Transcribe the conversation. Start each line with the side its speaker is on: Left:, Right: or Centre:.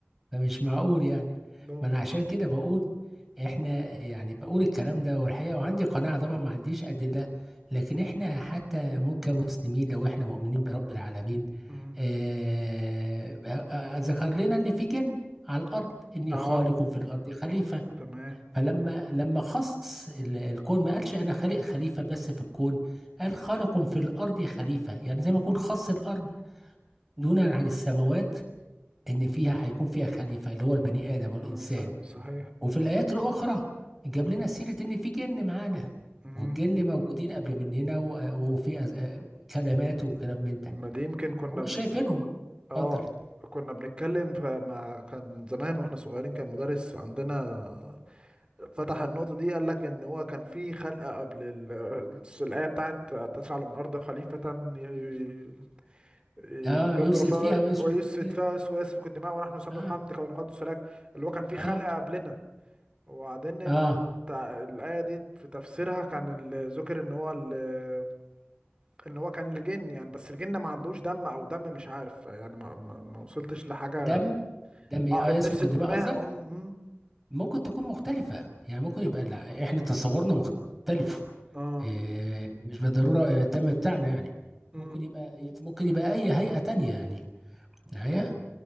Centre: ده مش معقول يعني
Right: ممكن
Centre: ما انا عشان كده بقول احنا يعني بقول الكلام ده والحقيقه وعندي قناعه طبعا ما عنديش ادله لكن احنا حتى مو كمسلمين لو احنا مؤمنين برب العالمين
Right: مم.
Centre: آه آه، ذكر لنا ان في جن على الارض اني
Right: اه
Centre: خالق في الارض خليفه
Right: تمام
Centre: فلما لما خص ال- الكون ما قالش انا خالق خليفه بس في الكون قال خالق في الارض خليفه يعني زي ما يكون خص الارض دونا عن السماوات ان فيها هيكون فيها خليفه اللي هو البني ادم والانسان
Right: الإنسان صحيح
Centre: وفي الايات الاخرى جاب لنا سيره ان في جن معانا
Right: مم.
Centre: والجن موجودين قبل مننا و- وفي أز- كلمات وكلام من ده
Right: ما دي يمكن كنا
Centre: ومش
Right: بن...
Centre: شايفينهم
Right: اه
Centre: اتفضل
Right: كنا بنتكلم فما كان زمان واحنا صغيرين كان مدرس عندنا فتح النقطة دي قال لك ان هو كان في خلقة قبل ال... الآية بتاعت تجعل من الأرض خليفة ي- ي- يدبر
Centre: اه يفسد
Right: فيها
Centre: فيها ويسفك
Right: ويسفك
Centre: فيها.
Right: فيها ويسفك الدماء ونحن نسبح
Centre: اه
Right: حمدك ونقدس لك اللي هو كان في خلقة
Centre: اه
Right: قبلنا وبعدين
Centre: اه
Right: التع- الآية دي في تفسيرها كان ال- ذكر ان هو ال... ان هو كان الجن يعني بس الجن ما عندوش دم او دم مش عارف يعني ما ما, ما وصلتش لحاجه
Centre: دم دم إيه؟
Right: اه
Centre: اه يسفك
Right: النفس الدماء
Centre: الدماء قصدك
Right: ام ام
Centre: ممكن تكون مختلفه يعني ممكن يبقى لا احنا تصورنا مختلف
Right: اه
Centre: إيه مش بالضروره آه، الدم بتاعنا يعني
Right: ام
Centre: ممكن يبقى ممكن يبقى اي هيئه تانية يعني معايا